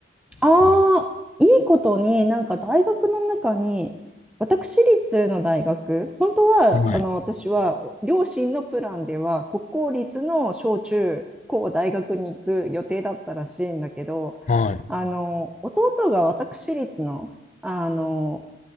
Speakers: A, in the centre; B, on the left.
A: ああ、
B: そう
A: いいことに、なんか大学の中に、私立の大学、本当は、
B: いうのはい、
A: あの、私は、両親のプランでは、国公立の小中高大学に行く予定だったらしいんだけど、
B: はい、
A: あの、弟が私立の、あの、